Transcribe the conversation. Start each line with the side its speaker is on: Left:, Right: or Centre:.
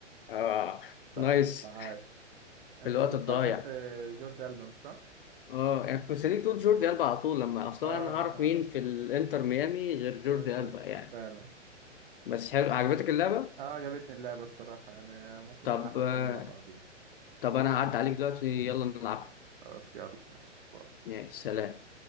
Left: اه
Right: صح
Left: نايس
Right: عاش انت
Left: في الوقت
Right: كنت بتفكر
Left: الضايع
Right: في جورد ألبا مش صح
Left: اه انا يعني كنت مستنيك تقول جوردي البا
Right: اه
Left: على طول لما اصلا
Right: آه،
Left: انا هعرف
Right: ما انا
Left: مين في الانتر ميامي غير جوردي
Right: غير جورد
Left: البا يعني
Right: فعلا
Left: بس حلو عجبتك اللعبه
Right: اه عجبتني اللعبة الصراحة يعني ممكن
Left: طب
Right: نلعبها
Left: آه،
Right: تاني مع بعضين
Left: طب انا هعدي عليك دلوقتي يلا نلعب
Right: خلاص يلا ماشي باي
Left: يعني سلام